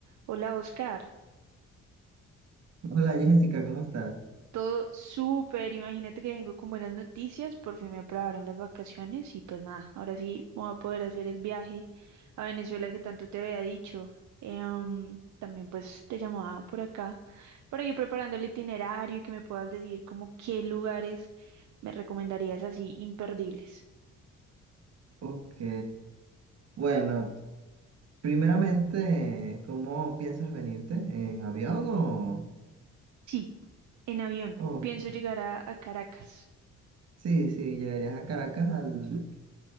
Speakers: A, on the right; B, on the right.
A: Hola Oscar,
B: Hola Jessica, ¿cómo estás?
A: todo súper, imagínate que vengo con buenas noticias, por fin me aprobaron las vacaciones y pues nada, ahora sí me voy a poder hacer el viaje a Venezuela que tanto te había dicho. Em, también pues te llamaba por acá para ir preparando el itinerario y que me puedas decir como qué lugares me recomendarías así imperdibles.
B: Ok. Bueno, primeramente, ¿cómo piensas venirte? ¿En avión o...?
A: Sí, en avión,
B: o-
A: pienso llegar a, a Caracas.
B: sí, sí, llegarías a Caracas al...
A: Ujú,